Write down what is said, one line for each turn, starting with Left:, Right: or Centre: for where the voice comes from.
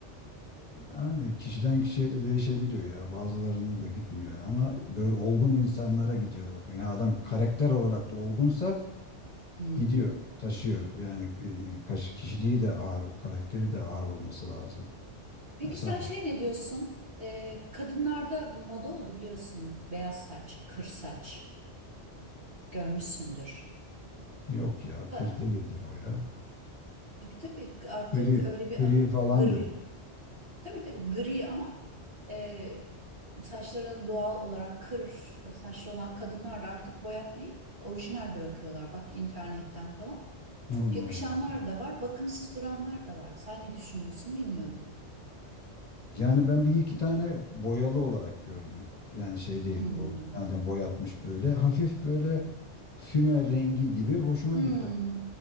Left: yani kişiden kişiye de değişebiliyor ya bazılarına da gitmiyor ama böyle olgun insanlara gidiyor ya yani adam karakter olarak da olgunsa
Right: Hı
Left: gidiyor
Right: hı.
Left: taşıyor yani e, kaş- kişiliği de ağır karakteri de ağır olması lazım
Right: Peki
Left: mesela
Right: sen şey ne diyorsun? Ee, kadınlarda moda oldu biliyorsun. Beyaz saç, kır saç. Görmüşsündür.
Left: yok ya kır
Right: Ha,
Left: değildir o ya
Right: tabii tabii artık
Left: gri
Right: öyle bir
Left: gri falandır
Right: gri, tabii tabii gri ama E, saçlarını doğal olarak kır saçlı olan kadınlar da artık boyatmayıp orijinal bırakıyorlar. Bak internetten falan. Çok
Left: Allah
Right: yakışanlar
Left: Allah
Right: da var, bakımsız duranlar da var. Sen ne düşünüyorsun bilmiyorum.
Left: Yani ben bir iki tane boyalı olarak gördüm. Yani şey değil,
Right: Hmm.
Left: orijinalden boyatmış böyle. Hafif böyle
Right: Hmm.
Left: füme rengi gibi hoşuma
Right: Hmm.
Left: gitti.